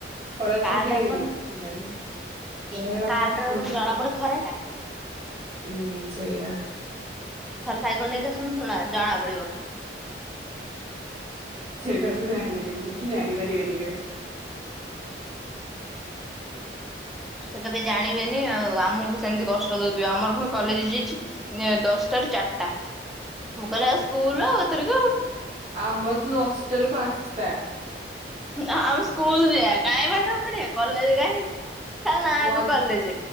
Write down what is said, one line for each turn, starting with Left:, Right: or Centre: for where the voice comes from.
Right: ଖରା
Centre: କାରଟାରେ
Right: ଛୁଟି
Centre: କଣ
Right: ହେଲାଣି ବଢିଆ କଥା
Centre: କାରଟାରେ
Right: ତାହାଲେ
Centre: କଣ ଜଣା ପଡେ ଖରା ଟା
Right: ହୁଁ ସେୟା।
Centre: ଥରେ ସାଇକେଲ ନେଇକି ଆସନ୍ତୁ ନା ଜଣା ପଡିବ।
Right: ସେଇଟା ତ ଜାଣିବେନି କି ଜାଣିପାରିବେନି କେବେ।
Centre: ସେ କେବେ ଜାଣିବେନି ଆଉ ଆମକୁ ସେମିତି କଷ୍ଟ ଦଉଥିବେ ଆମର ପୁଣି କଲେଜ ଯାଇଛି। ଦଶଟା ରୁ ଚାରିଟା ମୁଁ କହିଲି ଆଉ ସ୍କୁଲ ଆଉଥରକୁ ଆଉ।
Right: ଆମର ତ ଦଶଟାରୁ ପାଞ୍ଚଟା।
Centre: ଆମେ ସ୍କୁଲ ଯଆ କାଇଁ ପାଠ ପଢିବା କଲେଜ କାହିଁ ଖାଲି ନାଁକୁ
Right: ମ
Centre: କଲେଜ